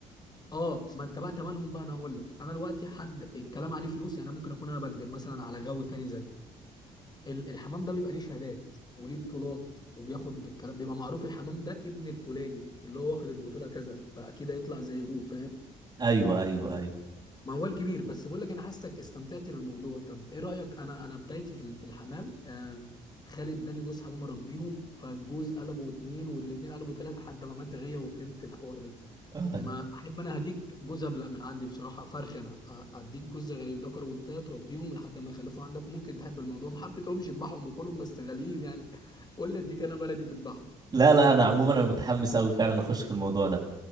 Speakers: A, on the left; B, on the right.
A: اه ما انت بقى تمنهم بقى انا هقول لك انا دلوقتي حد الكلام عليه فلوس يعني أنا ممكن اكون انا بكذب مثلا على غاوي تاني زي ال- الحمام ده بيبقى ليه شهادات وليه بطولات وبياخد الكلام بيبقى معروف الحمام ده ابن الفلاني اللي هو واخد البطولة كذا فأكيد هيطلع زي أبوه فاهم
B: ايوه ايوه ايوه
A: موال كبير بس بقول لك أنا حاسك استمتعت بالموضوع طب إيه رأيك أنا أنا بدايتي في ال- في الحمام آه خالد اداني جوز حمام أربيهم فالجوز قلبوا اتنين والاتنين قلبوا تلاتة لحد ما عملت غية وفهمت الحوار ده
B: آه.
A: ما احب انا هديك جوز ابلق من عندي بصراحه فرخ انا أ- اديك جوز غليل ذكر وانت تربيهم لحد ما يخلفوا عندك وممكن تحب الموضوع ما حبيتهمش اذبحهم وكلهم بس غاليين يعني <laughs> قول لي اديك انا بلدي تذبحهم
B: لا لا انا عموما انا متحمس قوي فعلا اخش في الموضوع ده